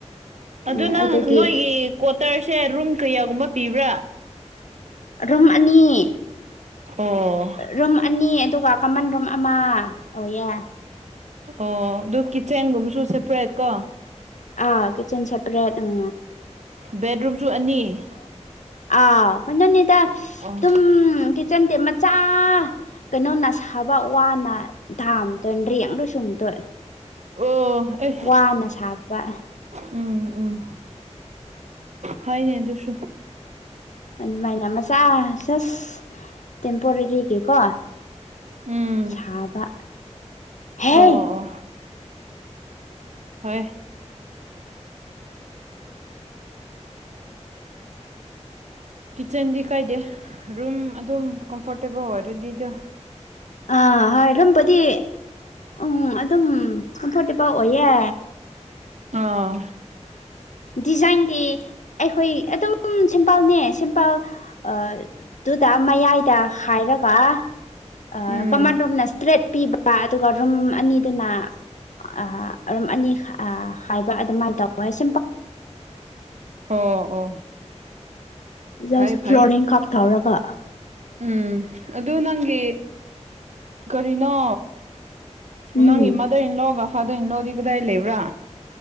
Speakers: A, on the left; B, on the right.
A: ꯎꯝ
B: ꯑꯗꯨ ꯅꯪ
A: ꯑꯗꯨꯒꯤ
B: ꯅꯣꯏꯒꯤ ꯀ꯭ꯋꯥꯇꯔꯁꯦ ꯔꯨꯝ ꯀꯌꯥꯒꯨꯝꯕ ꯄꯤꯕ꯭ꯔꯥ
A: ꯔꯨꯝ ꯑꯅꯤ
B: ꯑꯣ
A: ꯔꯨꯝ ꯑꯅꯤ ꯑꯗꯨꯒ ꯀꯃꯟ ꯔꯨꯝ ꯑꯃ ꯑꯣꯏꯌꯦ
B: ꯑꯣ ꯑꯗꯨ ꯀꯤꯠꯆꯦꯟꯒꯨꯝꯕꯁꯨ ꯁꯦꯄꯔꯦꯠ ꯀꯣ
A: ꯑ ꯀꯤꯆꯟ ꯁꯦꯄꯔꯦꯠ ꯎꯝ
B: ꯕꯦꯠꯔꯨꯝꯁꯨ ꯑꯅꯤ
A: ꯑ ꯀꯩꯅꯣꯅꯤꯗ
B: ꯑꯣ
A: ꯗꯨꯝ ꯀꯤꯆꯟ ꯃ ꯆ ꯀꯩꯅꯣꯅ ꯁꯥꯕ ꯋꯥꯅ ꯗꯥꯝꯗꯣꯏ ꯅ꯭ꯔꯦꯡꯗ ꯁꯨꯝꯗꯣꯏ
B: ꯑꯣ ꯑꯦ
A: ꯋꯥꯅ ꯁꯥꯕ
B: ꯎꯝ ꯎꯝ ꯐꯩꯅꯦ ꯑꯗꯨꯁꯨ
A: ꯑꯗꯨꯃꯥꯏꯅ ꯃꯆꯥ ꯁꯁ ꯇꯦꯝꯄꯣꯔꯔꯤꯒꯤꯀꯣ
B: ꯎꯝ
A: ꯁꯥꯕ ꯍꯦ
B: ꯑꯣ ꯑꯣ ꯍꯣꯏ ꯀꯤꯠꯆꯟꯗꯤ ꯀꯥꯏꯗꯦ ꯔꯨꯝ ꯑꯗꯨꯝ ꯀꯝꯐꯣꯔꯇꯦꯕꯜ ꯑꯣꯏꯔꯗꯤ ꯑꯗꯨ
A: ꯑꯥ ꯍꯥꯏꯔꯝꯕꯗꯤ ꯎꯝ ꯑꯗꯨꯝ ꯀꯝꯐꯣꯔꯇꯦꯕꯜ ꯑꯣꯏꯌꯦ
B: ꯑꯥ
A: ꯗꯤꯖꯥꯏꯟꯗꯤ ꯑꯩꯈꯣꯏ ꯑꯗꯨꯝ ꯁꯤꯝꯄꯜꯅꯦ ꯁꯤꯝꯄꯜ ꯑ ꯑꯗꯨꯗ ꯃꯌꯥꯏꯗ ꯍꯥꯏꯔꯒ ꯑ
B: ꯎꯝ
A: ꯀꯃꯥꯟ ꯔꯣꯝꯅꯦꯁ ꯇꯔꯦꯠ ꯄꯤꯕ ꯑꯗꯨꯒ ꯔꯨꯝ ꯑꯅꯤꯗꯨꯅ ꯑ ꯔꯨꯝ ꯑꯅꯤ ꯑ ꯍꯥꯏꯕ ꯑꯗꯨꯃꯥꯏꯅ ꯇꯧꯋꯦꯁ
B: ꯑꯣ ꯑꯣ
A: ꯖꯁ
B: ꯐꯩ ꯐꯩ
A: ꯐ꯭ꯂꯣꯔꯤꯡ ꯀꯞ ꯊꯧꯔꯒ
B: ꯎꯝ ꯑꯗꯨ ꯅꯪꯒꯤ ꯀꯔꯤꯅꯣ
A: ꯎꯝ
B: ꯅꯪꯒꯤ ꯃꯥꯗꯔ ꯏꯟꯂꯣꯒ ꯐꯥꯗꯔ ꯏꯟꯂꯣꯒꯤ ꯀꯗꯥꯏ ꯂꯩꯕ꯭ꯔꯥ